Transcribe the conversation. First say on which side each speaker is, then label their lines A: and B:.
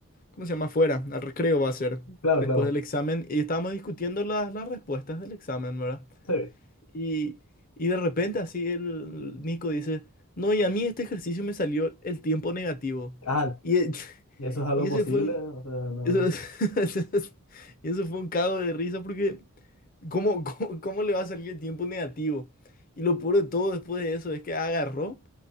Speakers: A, on the left (about 40°); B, on the left (about 70°).
A: ¿cómo se llama? Fuera, al recreo va a ser,
B: Claro,
A: después
B: claro.
A: del examen, y estábamos discutiendo las, las respuestas del examen, ¿verdad?
B: Sí.
A: Y, y de repente así el Nico dice, no, y a mí este ejercicio me salió el tiempo negativo.
B: Ah,
A: Y, e-
B: eso
A: <laughs>
B: es algo
A: y ese
B: posible.
A: fue un...
B: O sea, no.
A: Eso, es- <laughs> y eso fue un cago de risa porque ¿cómo, <laughs> cómo, cómo le va a salir el tiempo negativo? Y lo peor de todo después de eso es que agarró.